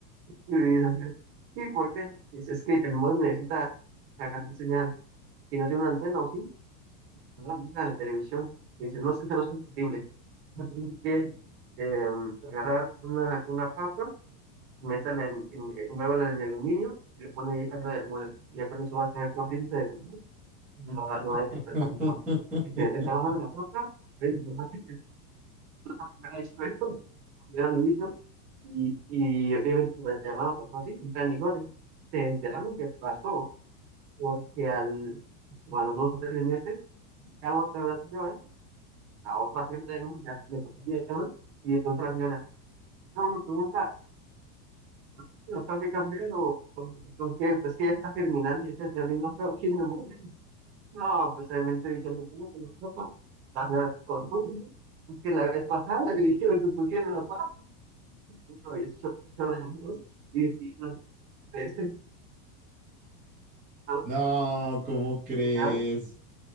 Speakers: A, on the right (about 40°); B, in the centre.
A: Y le dice, sí, ¿por qué? Dice, es que el modem necesita cargar señal. Y no tiene una antena, ¿o sí? ¿no? en la televisión y dicen, no, es que esto no es compatible. Yo que eh, agarrar una, una papa, métala en, en, envuélvala en el aluminio y le pone ahí arriba del mueble. Y ya con eso va a ser corriente de tu molde y lo, va- lo
B: <laughs>
A: va a despertar mejor. Y te, te vas a la papa, ven, te vas a decir, "Ah, hizo esto, ya lo hizo. Y, y obviamente con la llamada pasó así, sin plan ni goles. Se enteraron que pasó porque al, como a los dos o tres meses, llamó otra vez a la señora a otra gente de México ya le pasó bien, ¿no? Y de pronto la señora, no, me pregunta, ¿sí que lo tengo que cambiar o, o, o qué? Pues que ya está germinando y ya está abriendo feo aquí no No, pues obviamente dijeron, me tengo que la sopa. La señora, con todo, es que la vez pasada le dijeron que pusieron la paz. No, y escuchó escuchó la llamada y dije, no, este, ah,
B: No, ¿cómo crees?
A: final,